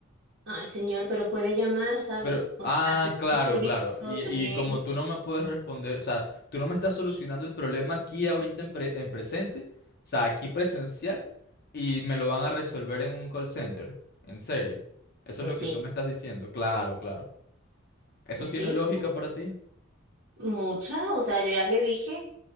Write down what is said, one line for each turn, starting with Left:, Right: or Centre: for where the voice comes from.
Right: Ay, señor, pero puede llamar, ¿sabe?
Left: Pero,
Right: O
Left: ah,
Right: sea, te
Left: claro,
Right: un servicio
Left: claro. Y,
Right: también.
Left: y como tú no me puedes responder, o sea, tú no me estás solucionando el problema aquí ahorita en, pre- en presente, o sea, aquí presencial, y me lo van a resolver en un call center. En serio. Eso
Right: Pues
Left: es lo
Right: sí,
Left: que tú me estás diciendo. Claro, claro. ¿Eso
Right: pues
Left: tiene
Right: sí,
Left: lógica para ti?
Right: mucha. O sea, yo ya le dije.